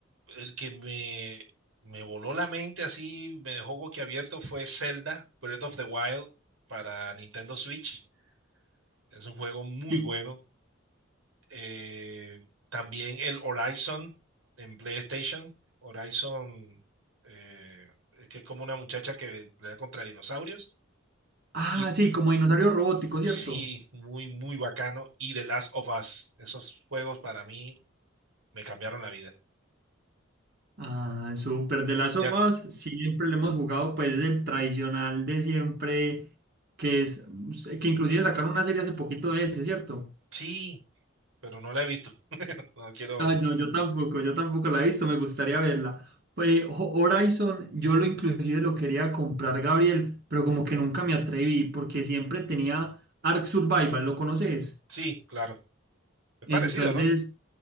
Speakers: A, on the right; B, on the right.
A: el que me, me voló la mente así, me dejó boquiabierto fue Zelda Breath of the Wild para Nintendo Switch. Es un juego muy
B: Sí.
A: bueno. Eh, también el Horizon en PlayStation. Horizon eh, es que es como una muchacha que pelea contra dinosaurios.
B: Ah,
A: Y
B: sí, como dinosaurio robótico, ¿cierto?
A: sí, muy, muy bacano. Y The Last of Us. Esos juegos para mí me cambiaron la vida.
B: Ah, súper. De las of
A: Ya,
B: Us, siempre le hemos jugado, pues, el tradicional de siempre, que es, que inclusive sacaron una serie hace poquito de ese, ¿cierto?
A: sí, pero no la he visto. No quiero.
B: Ah, no, yo tampoco, yo tampoco la he visto, me gustaría verla. Pues Ho- Horizon, yo lo inclusive lo quería comprar, Gabriel, pero como que nunca me atreví porque siempre tenía Ark Survival, ¿lo conoces?
A: Sí, claro. Es
B: Entonces
A: parecido, ¿no?